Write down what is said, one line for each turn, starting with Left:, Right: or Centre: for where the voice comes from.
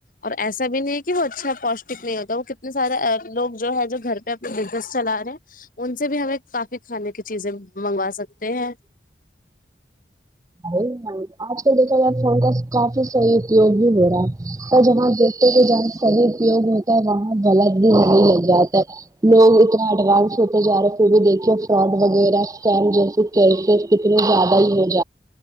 Left: اور ایسا بھی نہیں ہے کہ وہ اچھا پوشٹک نہیں ہوتا وہ کتنے سارے لوگ جو ہے جو گھر پہ اپ بزنس چلا رہے ہیں ان سے بھی ہمیں کافی کھانے کی چیزیں منگوا سکتے ہیں
Right: ا آج تو دیکھا جائے فون کا کافی صحیح اپوگ بھی ہو رہا ہے پر جہاں دیکھتے کہ جہاں سر پیوگ ہوتا ہے وہاں غلط بھی نہیں لگ جاتا ہے لوگ اتنا ایڈوانس ہوتے جا رہے پھر بھی دیکھیے فراڈ وغیرہ ین جیس کیسے کتنے زیادہ ہی ہو ج